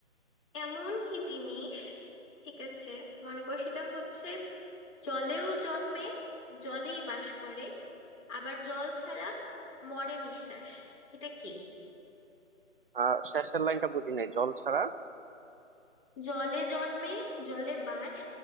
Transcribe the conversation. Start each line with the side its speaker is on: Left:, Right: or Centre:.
Left: এমন কি জিনিস ঠিক আছে মনে করো সেটা হচ্ছে জলেও জন্মে জলেই বাস করে আবার জল ছাড়া মরে নিঃশ্বাস এটা কি
Right: আহ, শেষের লাইনটা বুঝি নাই জল ছাড়া
Left: জলে জন্মে জলে বাস